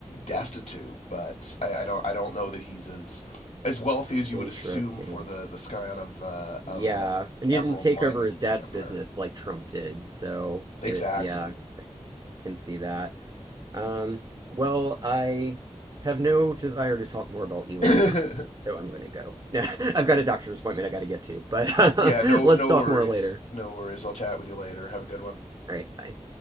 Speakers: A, on the left; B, on the right.
A: destitute but I, I don't I don't know that he's as as wealthy as you
B: interesting.
A: would assume for the the scion of uh,
B: Yeah,
A: of an
B: and he
A: emerald
B: didn't take
A: mining
B: over his dad's
A: empire
B: business like Trump did, so
A: exactly
B: it, yeah, I can see that. Um, well, I have no desire to talk more about Elon
A: <laughs> yeah
B: Musk, so I'm gonna go. <laughs> I've got a doctor's appointment I gotta get to, but
A: yeah no
B: <laughs> let's
A: no
B: talk
A: worries
B: more later.
A: no worries I'll chat with you later have a good one
B: All right, bye.